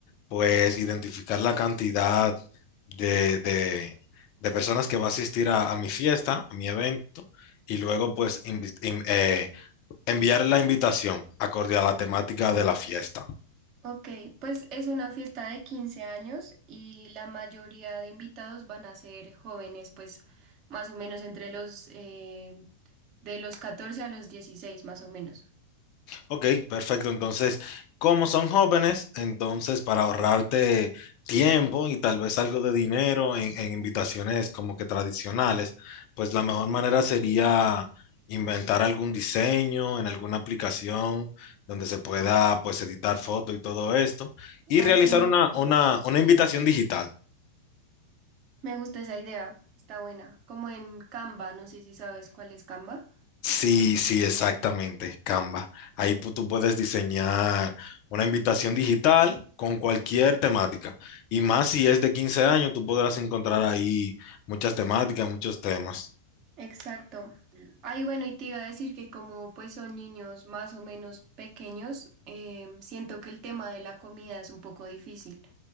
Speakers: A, on the left (about 45°); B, on the right (about 40°).
A: pues identificar la cantidad de, de- de personas que va a asistir a, a mi fiesta, a mi evento, y luego pues invi- im- eh, Enviar la invitación acorde a la temática de la fiesta.
B: Ok, pues es una fiesta de 15 años y la mayoría de invitados van a ser jóvenes, pues más o menos entre los eh, de los 14 a los 16 más o menos.
A: Ok, perfecto. Entonces, como son jóvenes, entonces para ahorrarte tiempo y tal vez algo de dinero en, en invitaciones como que tradicionales, pues la mejor manera sería inventar algún diseño en alguna aplicación donde se pueda pues editar fotos y todo esto y
B: Ah,
A: realizar
B: sí, me,
A: una, una, una invitación digital.
B: me gusta esa idea, está buena. Como en Canva, no sé si sabes cuál es Canva.
A: Sí, sí, exactamente, Canva. Ahí pu- tú puedes diseñar una invitación digital con cualquier temática. Y más si es de 15 años, tú podrás encontrar ahí muchas temáticas, muchos temas.
B: Exacto. Ay, bueno, y te iba a decir que como pues son niños más o menos pequeños, eh, siento que el tema de la comida es un poco difícil.